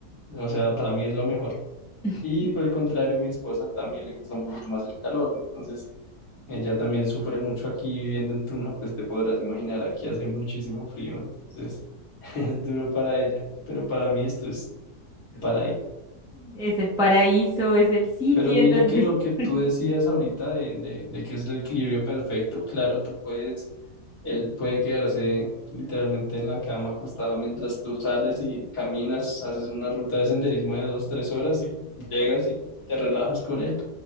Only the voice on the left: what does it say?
o sea, para mí es lo mejor.
Y por el contrario, mi esposa también le gusta un poquito más el calor. Entonces, ella también sufre mucho aquí viviendo en Tuna, pues te podrás imaginar, aquí hace muchísimo frío. Entonces, <laughs> es duro para ella. Pero para mí esto es paraíso.
Pero mira
que lo que tú
decías ahorita de, de, de que es el equilibrio perfecto, claro, tú puedes, él puede quedarse literalmente en la cama acostado mientras tú sales y caminas, haces una ruta de senderismo de dos, tres horas y llegas y te relajas con él.